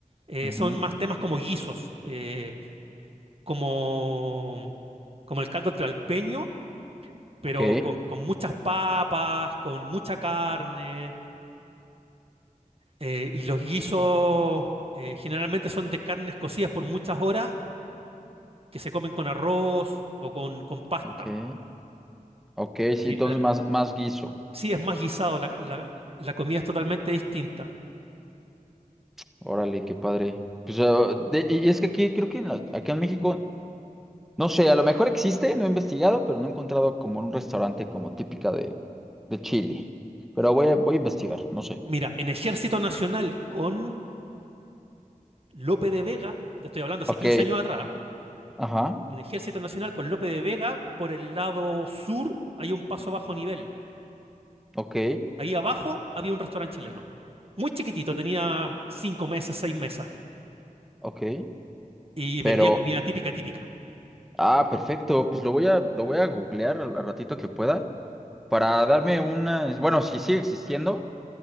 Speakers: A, on the right; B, in the centre.
A: eh,
B: Ujú.
A: son más temas como guisos. eh, como, como el caldo tlalpeño, pero
B: Ok,
A: con, con muchas papas, con mucha carne. eh, y los guisos eh, generalmente son de carnes cocidas por muchas horas que se comen con arroz o con, con pasta.
B: ok, ok, sí,
A: Sí,
B: entonces
A: la-
B: más, más guiso.
A: sí, es más guisado, la, la- la comida es totalmente distinta.
B: Órale, qué padre. Pues, ah, de- y y es que aquí, creo que en la- acá en México. No sé, a lo mejor existe, no he investigado, pero no he encontrado como un restaurante como típica de, de Chile. Pero voy a, voy a investigar, no sé.
A: Mira, en Ejército Nacional con Lope de Vega, te estoy hablando hace
B: Ok,
A: 15 años atrás,
B: ajá,
A: en Ejército Nacional con Lope de Vega, por el lado sur hay un paso bajo nivel.
B: ok,
A: Ahí abajo había un restaurante chileno. Muy chiquitito, tenía cinco mesas, seis mesas.
B: ok.
A: Y vendían
B: Pero,
A: comida típica, típica.
B: ah, perfecto, pues lo voy a, lo voy a googlear al al ratito que pueda para darme una, bueno, si sigue existiendo,